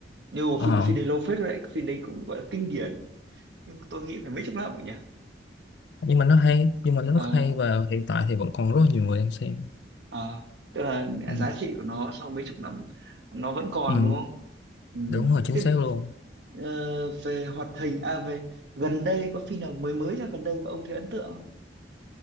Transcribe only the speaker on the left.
Ờ,
nhưng mà nó hay nhưng mà nó
rất hay và hiện tại thì vẫn còn rất là nhiều người đang xem
ừ,
ừ,
đúng rồi chính
xác luôn